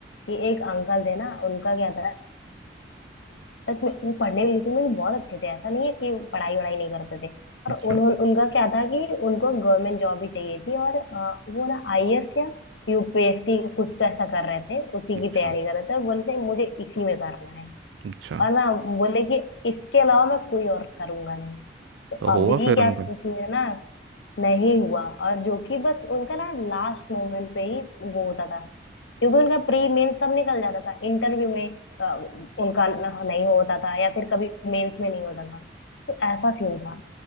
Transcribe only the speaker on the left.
कि एक अंकल थे ना उनका क्या था सच में वो पढ़ने लिखने में भी बहुत अच्छे थे ऐसा नहीं है कि पढ़ाई वढ़ाई नहीं करते थे और
उन्होंने उनका क्या था कि उनको गवर्नमेंट जॉब ही चाहिए थी और अ, वो ना आईएएस या यूपीएससी कुछ तो ऐसा कर रहे थे उसी
की तैयारी कर रहे थे और बोलते हैं, मुझे इसी में करना है
और ना बोले कि इसके अलावा मैं कोई और करूंगा नहीं तो
अभी
क्या
सीन है ना नहीं हुआ और जो कि बस उनका ना लास्ट मोमेंट पे ही वो होता था क्योंकि उनका प्री मेंस सब निकल जाता था इंटरव्यू में अ, उनका न- नहीं होता था या फिर कभी मेंस में नहीं होता था तो ऐसा सीन था